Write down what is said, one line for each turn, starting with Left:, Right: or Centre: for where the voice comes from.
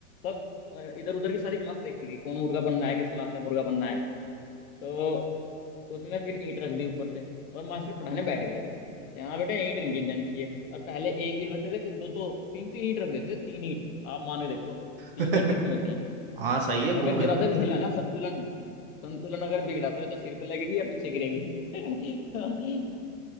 Left: सब इधर उधर की सारी क्लास देखती थी कौन मुर्गा बनना है किस क्लास का मुर्गा बनना है तो उसमें फिर ईंट रख दी ऊपर से और मास्टर पढ़ाने बैठ गए यहाँ बेटे ईंट नहीं गिर जानी चाहिए और पहले एक ईंट रखते थे फिर दो दो तीन तीन ईंट रख देते थे तीन ईंट आप मान के देखो तीन
Right: <laughs>
Left: ईंट कितनी होती है
Right: हाँ सही है खूब
Left: अगर
Right: हो
Left: जरा
Right: जाते
Left: सा भी
Right: हैं सर
Left: हिला ना संतुलन संतुलन अगर बिगड़ा तो या तो सिर पे लगेगी या पीछे गिरेगी <laughs>